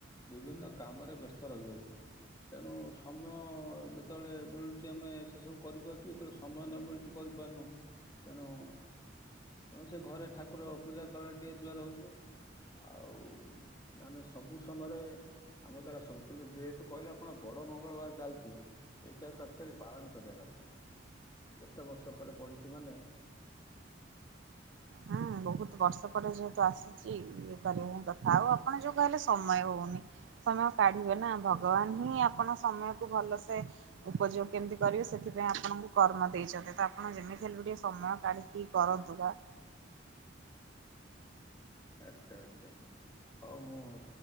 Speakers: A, on the left; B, on the right.
A: ବିଭିନ୍ନ କାମରେ ବ୍ୟସ୍ତ ରହିଯାଉଚୁ, ତେଣୁ ସମୟ ଯେତେବେଳେ ମିଳୁଛି ଆମେ ସେସବୁ କରିପାରୁଚୁ, ଯେତେବେଳେ ସମୟ ନ ମିଳୁଛି କରିପାରୁନୁ ତେଣୁ ତେଣୁ ସେ ଘରେ ଠାକୁର ପୂଜା କ ଟିକେ ଯୁଆର ହଉଚୁ <inaudible> ଆଉ ମାନେ ସବୁ ସମୟରେ ଆମ ଦ୍ଵାରା ସ କିନ୍ତୁ ଯେହେତୁ କହିଲେ ଆପଣ ବଡ ମଙ୍ଗଳବାର ଚାଲିଚି, ଏଇଟାକୁ ଆଚୁଲି ପାଳନ କରିବା କଥା। କେତେ ବର୍ଷ ପରେ ପଡିଚି, ମାନେ।
B: ହୁଁ ବହୁତ ବର୍ଷ ପରେ ଯେହେତୁ ଆସିଚି, ଇଏ କରିବା ହିଁ କଥା ଆଉ ଆପଣ ଯୋଉ କହିଲେ ସମୟ ହଉନି ସମୟ କାଢିବେ ନା ଭଗବାନ ହିଁ ଆପଣ ସମୟ କୁ ଭଲସେ ଉପଯୋଗ କେମିତି କରିବେ ସେଥିପାଇଁ ଆପଣଙ୍କୁ କର୍ମ ଦେଇଛନ୍ତି ତ ଆପଣ ଯେମିତି ହେଲେ ଟିକେ ସମୟ କାଢିକି। କରନ୍ତୁ ବା <inaudible>
A: ଆଚ୍ଛା ଆଚ୍ଛା ହଉ ମୁଁ